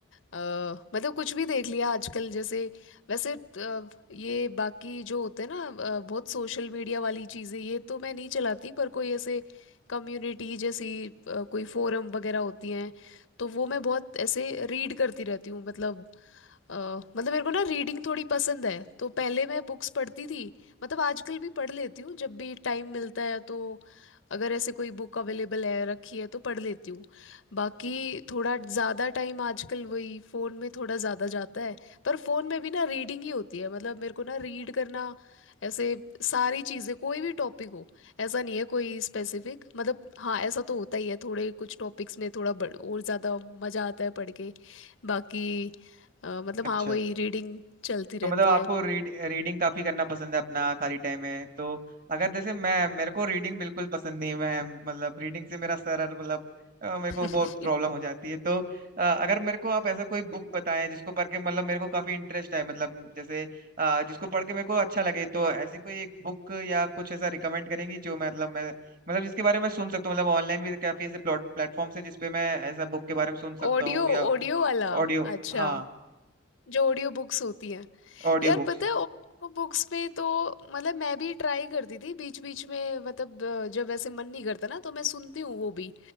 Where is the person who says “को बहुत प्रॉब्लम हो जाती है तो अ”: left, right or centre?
Right